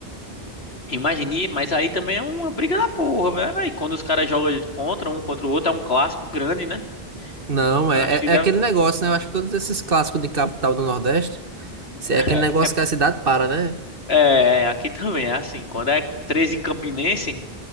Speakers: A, on the left; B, on the right.
A: Imagine, mas aí também é uma briga da porra, né, velho. Aí Quando os caras jogam contra um contra o outro, é um clássico grande, né?
B: Não,
A: Acho
B: é,
A: que
B: é,
A: deve.
B: é aquele negócio, né? Eu acho que todos esses clássicos de capital do Nordeste, é
A: <laughs>
B: aquele negócio que a cidade para, né?
A: É, aqui também é assim. Quando é 13 Campinense,